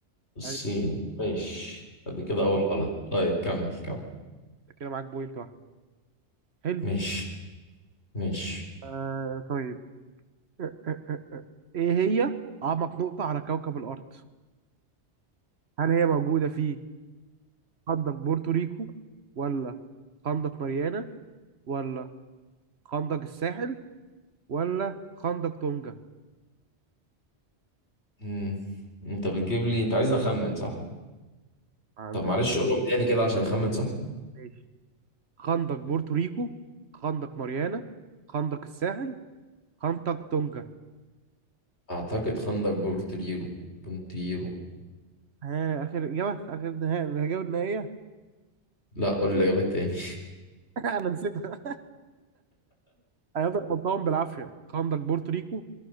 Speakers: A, on the left (about 70°); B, on the right (about 65°).
A: الصين
B: يعني
A: ماشي ادي كده اول غلط طيب كمل كمل
B: كده معاك بوينت واحد حلو
A: ماشي ماشي
B: آه طيب آه آه آه. إيه هي أعمق نقطة على كوكب الأرض هل هي موجودة في خندق بورتوريكو ولا خندق ماريانا ولا خندق الساحل ولا خندق تونجا
A: مم. انت بتجيب لي انت عايزني اخمن صح
B: عندهم
A: طب معلش قولهم تاني كده عشان اخمن صح
B: ماشي خندق بورتوريكو خندق ماريانا خندق الساحل خندق تونجا
A: اعتقد خندق بورتريرو بونتيرو
B: ها اخر اجابه اخر نهائي الاجابه النهائيه
A: لا قول لي الاجابات تاني
B: <laughs> انا نسيتها انا قلتهم بالعافيه خندق بورتوريكو